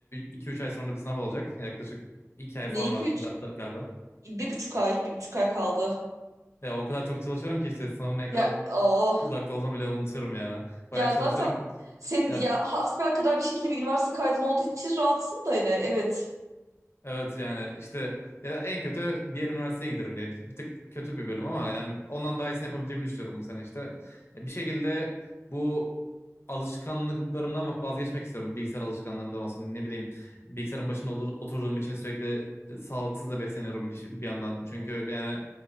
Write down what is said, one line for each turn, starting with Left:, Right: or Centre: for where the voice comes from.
Left: iki, 3 ay sonra bir sınav olacak. Yaklaşık 2 ay
Right: Ne
Left: falan
Right: iki
Left: var ga-
Right: üç?
Left: galiba.
Right: Bir buçuk ay, bir buçuk ay kaldı.
Left: Ya o kadar çok çalışıyorum ki işte sınavın ne
Right: Ya
Left: kadar
Right: o
Left: uzakta olduğunu bile unutuyorum yani.
Right: Ya
Left: Bayağı çalışıyorum.
Right: zaten senin
Left: Ya,
Right: ya hasbel kadar bir şekilde bir üniversite kaydın olduğu için rahatsın da yine. Evet.
Left: evet yani işte ya da en kötü diğer üniversiteye giderim diye. Bir, bir tık kötü bir bölüm ama yani ondan daha iyisini yapabileceğimi düşünüyorum bu sene işte. Ya bir şekilde bu alışkanlıklarımdan vazgeçmek istiyorum. Bilgisayar alışkanlığımdan olsun ne bileyim. Bilgisayarın başında olur- oturduğum için sürekli e, sağlıksız da besleniyorum bir, şey- bir yandan. Çünkü yani